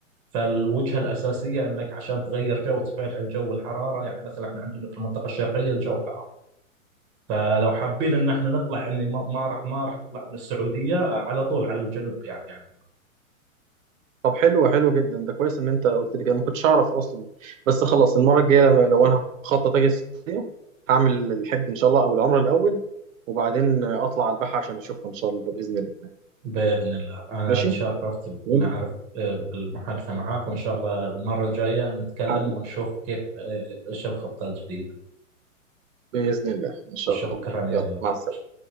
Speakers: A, on the right; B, on the right.
A: فالوجهة الأساسية أنك عشان تغير جو تبعد عن جو الحرارة يعني مثلا احنا عندنا في المنطقة الشرقية الجو حار فلو حابين أن احنا نطلع يعني ما ما راح ما راح نطلع من السعودية على طول على الجنوب يعني عندنا
B: طب حلو حلو جدا ده كويس ان انت قلت لي كده ما كنتش اعرف اصلا بس خلاص المره الجايه لما لو انا هخطط اجي السعوديه هعمل الحج ان شاء الله او العمره الاول وبعدين اطلع على البحر عشان اشوفها ان شاء الله باذن الله
A: بإذن الله أنا
B: ماشي
A: تشرفت
B: وأنت
A: بمعرف بالمحادثة معاك وإن شاء الله المرة الجاية نتكلم
B: حبيبي
A: ونشوف كيف آه، إيش الخطة الجديدة
B: باذن الله ان شاء
A: شكرا
B: الله
A: يا
B: يلا
A: غالي
B: مع السلامه